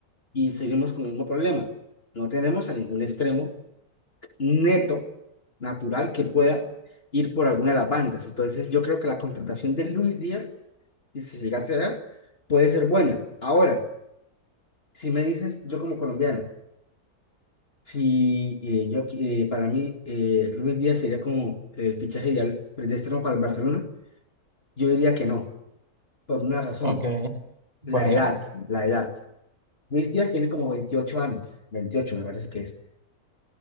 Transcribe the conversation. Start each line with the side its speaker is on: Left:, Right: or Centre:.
Left: Y seguimos con el mismo problema. No tenemos a ningún extremo neto, natural, que pueda ir por alguna de las bandas. Entonces, yo creo que la contratación de Luis Díaz, y si se llega a cerrar, puede ser buena. Ahora, si me dices, yo como colombiano, si eh, yo, qui- eh, para mí, eh, Luis Díaz sería como el fichaje ideal predestinado para el Barcelona. Yo diría que no, por una razón,
Right: Ok,
Left: la
Right: ¿por qué?
Left: edad, la edad. Luis Díaz tiene como 28 años, 28 me parece que es.